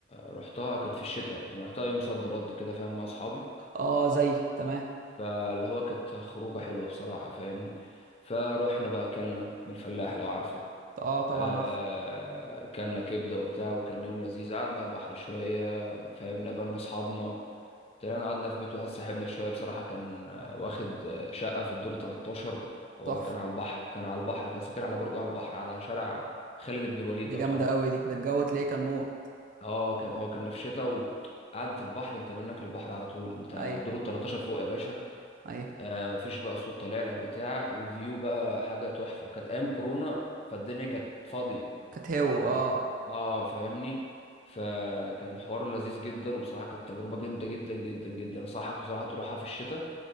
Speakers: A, on the left; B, on the right.
A: رحتها كانت في الشتاء يعني رحتها يوم صد رد كده فاهم مع أصحابي
B: اه زي تمام
A: فاللي هو كانت خروجة حلوة بصراحة فاهمني فروحنا بقى أكلنا من الفلاح لو عارفه
B: اه طبعا
A: آه
B: عارف
A: كلنا كبدة وبتاع وكان يوم لذيذ قعدنا على البحر شوية فاهمنا قابلنا أصحابنا طلعنا قعدنا في بيت واحد صاحبنا شوية بصراحة كان آه، واخد آه، شقة في الدور 13 وكان
B: تحفه
A: على البحر كان على البحر كان ساكن على برج على البحر على شارع خالد بن الوليد
B: دي
A: لو
B: جامده
A: تعرفه
B: قوي دي ده الجو تلاقيه كان موت
A: اه كان هو كان في شتا وقعدة البحر انت منك البحر على طول انت
B: ايوه
A: دور 13 فوق يا باشا
B: ايوه
A: آه، مفيش بقى صوت طالع لك بتاع والفيو بقى حاجه تحفه وكانت ايام كورونا فالدنيا كانت فاضيه
B: كانت هو
A: ما-
B: اه
A: اه فاهمني فكان حوار لذيذ جدا وبصراحه كانت تجربه جامده جدا جدا جدا انصحك بصراحه تروحها في الشتاء